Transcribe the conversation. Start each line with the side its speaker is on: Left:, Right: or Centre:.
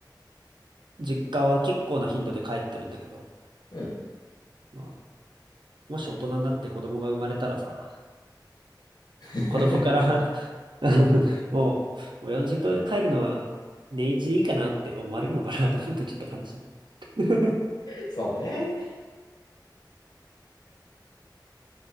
Right: 実家は結構な頻度で帰ってるんだけど、
Left: うん。
Right: まあ、もし大人になって子供が生まれたらさ、
Left: <laughs>
Right: 子供から <laughs> あの、もう、親の実家に帰るのは年一でいいかなって思われるのかなと思うとちょっと悲しい。<laughs>
Left: そうね。